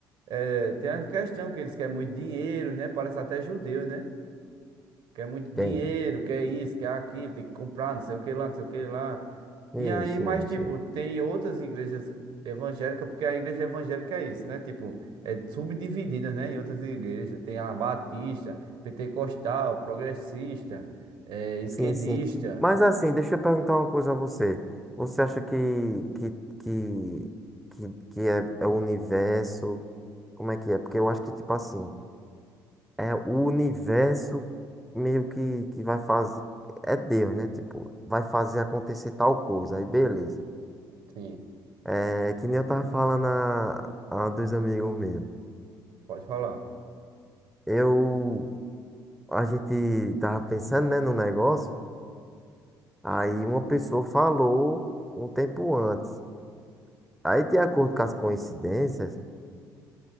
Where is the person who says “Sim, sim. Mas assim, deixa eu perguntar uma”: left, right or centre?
Centre